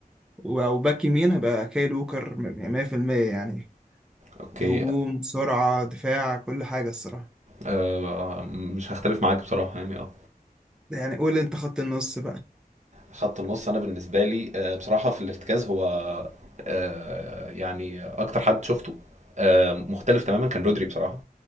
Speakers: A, in the centre; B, on the right (about 50°).
A: و- وباك يمين هيبقى كايل ووكر 100% يعني
B: اوكي
A: هجوم سرعة دفاع كل حاجة الصراحة
B: آه مش هختلف معاك بصراحة يعني اه
A: يعني قول انت خط النص
B: خط النص انا بالنسبة لي آه، بصراحة في الارتكاز هو آه، يعني اكتر حد شفته آه، مختلف تماما كان رودري بصراحة